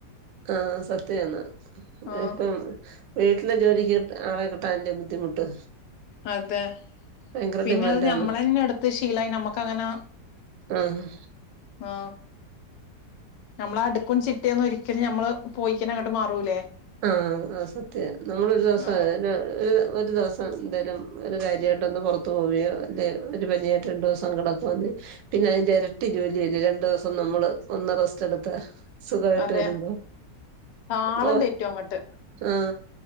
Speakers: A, on the right; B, on the left.
A: ആ സത്യാണ്
B: ആഹ്
A: ഇപ്പം വീട്ടിലെ ജോലിക്ക് ആളെ കിട്ടാൻ വല്ല്യ ബുദ്ധി ബുദ്ധിമുട്ട്
B: അതെ
A: ഭയങ്കര
B: പിന്നെ
A: ഡിമാൻഡാണ്
B: അത് ഞമ്മളന്നെ എടുത്ത് ശീലായി നമ്മക്ക് അങ്ങന
A: ആഹ്
B: ആ നമ്മള് അടുക്കും ചിട്ടിയൊന്നും ഒരിക്കലും മ്മള് പോയിക്കന അങ്ങോട്ട് മാറൂലേ
A: ആ ആ സത്യ നമ്മളൊ ഒരു ദിവസം
B: ആഹ്
A: ഒരു ദിവസം എന്തേലും ഒരു കാര്യമായിട്ടൊ ഒന്ന് പുറത്തു പോവിയോ അല്ലേ ഒരു പനിയായിട്ട് രണ്ടു ദിവസം കിടൊക്കുവാന്നേ പിന്ന അതിൻ്റെ ഇരട്ടി ജോലിയല്ലേ രണ്ടു ദിവസം നമ്മള് ഒന്ന് റസ്റ്റ് എടുത്താ സുഖായിട്ട്
B: അതെ
A: വരുമ്പോ
B: താളം
A: ഓ
B: തെറ്റും അങ്ങട്ട്
A: ആ